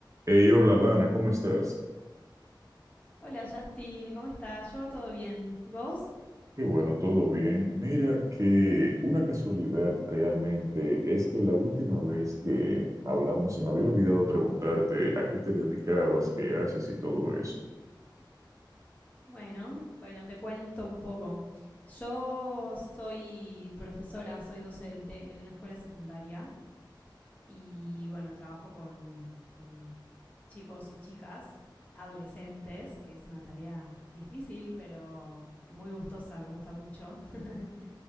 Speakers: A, on the right; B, on the left.
A: Hey, hola Dana, ¿cómo estás?
B: Hola Justin, ¿cómo estás? Yo todo bien. ¿Y vos?
A: Qué bueno, todo bien. Mira que una casualidad realmente es que la última vez que hablamos se me había olvidado preguntarte a qué te dedicabas, qué haces y todo eso.
B: Bueno, bueno, te cuento un poco. Yo soy profesora, soy docente en una escuela secundaria y bueno, trabajo con, con chicos y chicas, adolescentes, que es una tarea difícil, pero muy gustosa, me gusta mucho. <laughs>